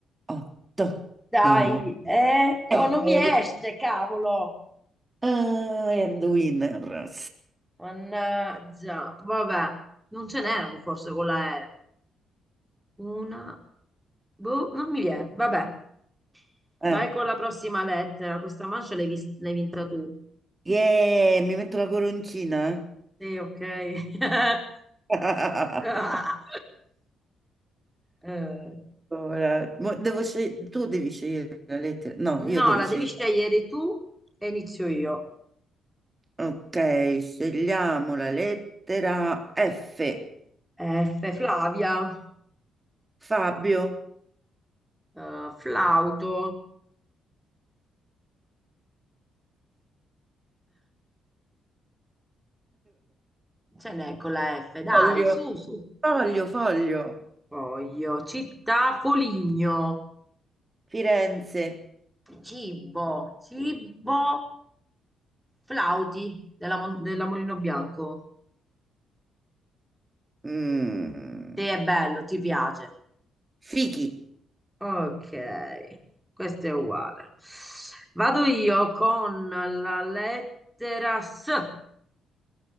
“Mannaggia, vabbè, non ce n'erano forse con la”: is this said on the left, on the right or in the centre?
Centre